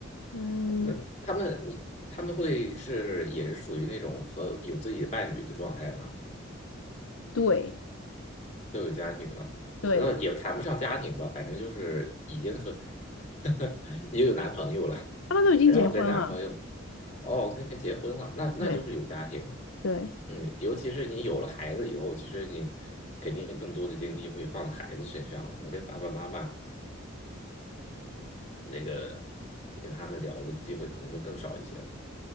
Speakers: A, on the left; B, on the left.
A: 嗯，
B: 那他们你他们会是也是属于那种和有自己的伴侣的状态吗？
A: 对
B: 都有家庭了，
A: 对，
B: 然后也谈不上家庭吧，反正就是已经和 <laughs> 也有男朋友了，
A: 她们都已经结婚了。
B: 然后跟男朋友哦跟跟结婚了，那那就是有家庭。
A: 对对，
B: 嗯，尤其是你有了孩子以后，其实你肯定更多的精力会放在孩子身上，那跟爸爸妈妈那个跟他们聊的机会可能就更少一些了。